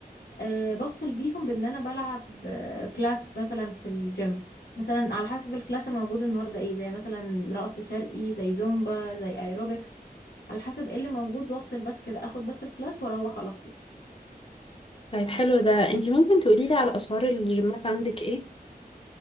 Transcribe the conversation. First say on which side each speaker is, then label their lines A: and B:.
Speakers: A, on the left; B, on the left.
A: أه بفصل بيهم بان انا بلعب آه، كلاس مثلا في الجيم مثلا على حسب الكلاس الموجود النهارده ايه زي مثلا رقص شرقي زي زومبا زي ايروبكس على حسب ايه اللي موجود وافصل بس كده اخد بس الكلاس واروح على طول
B: طيب حلو ده انتي ممكن تقوليلي على اسعار الجيمات عندك ايه